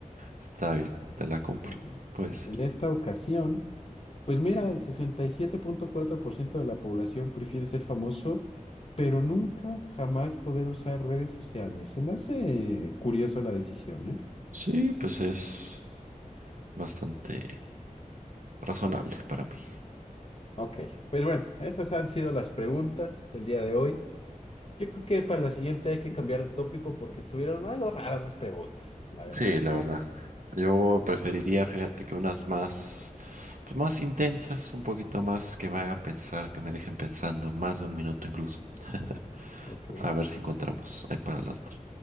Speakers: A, on the right (about 70°); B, on the left (about 45°).
A: Está bien, te la compro.
B: Mm.
A: Puede ser.
B: En esta ocasión, pues mira, el sesenta y siete punto cuatro por ciento de la población prefiere ser famoso, pero nunca, jamás poder usar redes sociales. Se me hace curioso la decisión, ¿eh?
A: Sí, pues es bastante razonable para mí.
B: Ok, pues bueno, esas han sido las preguntas del día de hoy. Yo creo que para la siguiente hay que cambiar de tópico porque estuvieron algo raras las preguntas, la verdad.
A: Sí, la verdad. Yo preferiría, fíjate, que unas más, pues más intensas, un poquito más que me hagan pensar, que me dejen pensando más de un minuto incluso. <laughs>
B: Ok.
A: A ver si encontramos ahí para la otra.